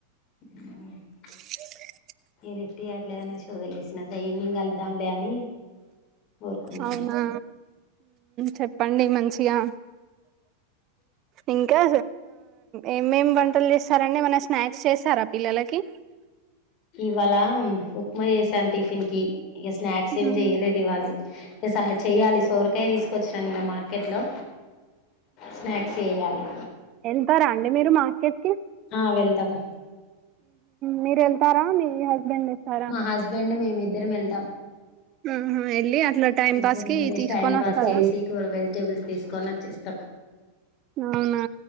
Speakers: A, on the left (about 40°); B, on the right (about 35°).
A: ఆ
B: <inaudible>
A: నలిఫ్టీ చేవ్వట్లేదునే చోదిలేసినా స ఈవినింగ్ వెళ్దాంలే అని ఊరుకున్నా
B: అవునా
A: ఇగ
B: చెప్పండి మంచిగా
A: <unintelligible>
B: ఇంకా ఏమేమి వంటలు చేస్తారండి ఏమన్న స్నాక్స్ చేస్తారా పిల్లలకి
A: ఇవాళ ఉప్మా చేశాను టిఫిన్ కి ఇక స్నాక్స్ ఏమి
B: ఉమ్,
A: చెయలేదు ఇవాళు ఎ చెయ్యాలి సోరకాయ తీసుకొచ్చ రండి నా మార్కెట్లో స్నాక్స్ చేయాలి
B: వెళ్తారా అండి మీరు మార్కెట్ కి
A: ఆ వెళ్తామ్
B: మీరు వెళ్తారా మీ హస్బెండ్ తెస్తారా
A: మా హస్బెండ్ మేమి ఇద్దర వెళ్తాం
B: ఆహా వెళ్ళి అట్లా టైం
A: ఇద్దరు
B: పాస్ కి
A: మళ్ళ
B: తీసుకొని
A: టైం పాస్
B: వస్తారా
A: చేసి కూ వెజిటబుల్స్ తీసుకొని వచ్చేస్త
B: అవునా